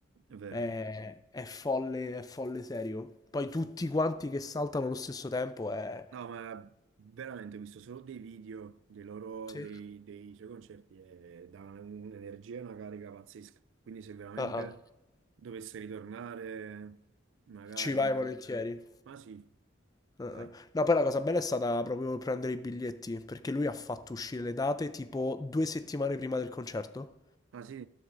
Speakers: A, on the right (about 70°); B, on the left (about 20°).
A: È vero.
B: È, è folle, è folle serio. Poi tutti quanti che saltano allo stesso tempo è...
A: No, ma veramente ho visto solo dei video dei loro,
B: Sì.
A: dei, dei suoi concerti e dà un'energia e una carica pazzesca. Quindi se veramente
B: Ah, ah.
A: dovesse ritornare, magari...
B: Ci vai volentieri.
A: Ma sì,
B: Ah,
A: dai.
B: ah. No, poi la cosa bella è stata proprio prendere i biglietti, perché lui ha fatto uscire le date tipo due settimane prima del concerto.
A: Ma sì?